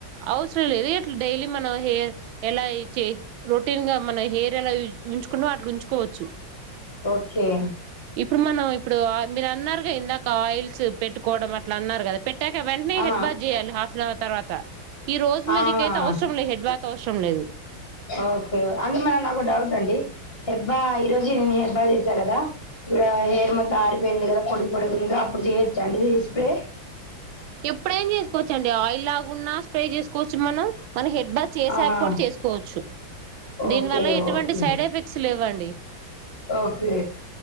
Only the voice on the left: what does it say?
ఓకే
ఆ
ఆహా
ఓకే అంటే మన నాకు ఓ డౌట్ అండి హెబ్బా ఈరోజు నేను హెబ్బా చేసా కదా ఇగ హెయిర్ మొత్తం ఆరిపోయింది కదా పొడి పొడికుందిగా అప్పుడు చేయచ్చండి స్ప్రే
ఆహా
ఓకే
ఓకే
ఓకే